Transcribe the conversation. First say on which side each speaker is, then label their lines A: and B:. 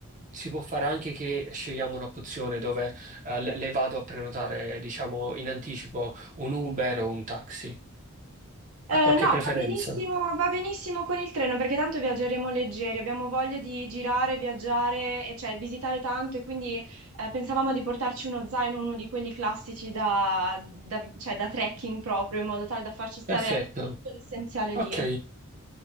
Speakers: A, on the right; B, on the right.
A: Si può fare anche che scegliamo un'opzione dove eh, le, le vado a prenotare, diciamo, in anticipo un Uber o un taxi.
B: Eh,
A: Ha qualche
B: no,
A: preferenza?
B: va benissimo, va benissimo con il treno perché tanto viaggeremo leggeri, abbiamo voglia di girare, viaggiare, e cioè visitare tanto e quindi eh, pensavamo di portarci uno zaino, uno di quelli classici da, da- cioè, da trekking proprio, in modo tale da farci stare
A: Perfetto.
B: tutto l'essenziale
A: Ok,
B: lì. Es-